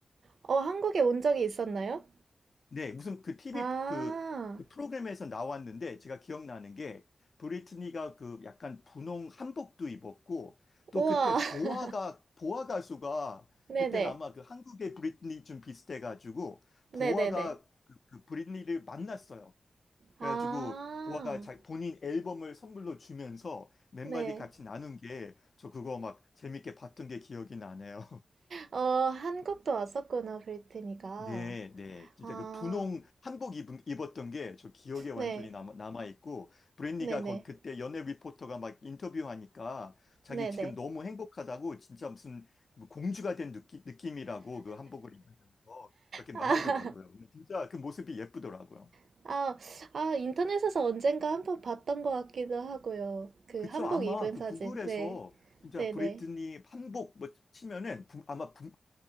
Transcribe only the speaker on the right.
어, 한국에 온 적이 있었나요?
아,
우와.
<laughs>
네네.
네네네.
아,
네.
어, 한국도 왔었구나, 브리트니가.
아,
네.
네네.
네네.
아,
<laughs> 아, 아, 인터넷에서 언젠가 한번 봤던 것 같기도 하고요. 그
한복
입은
사진.
네.
네네.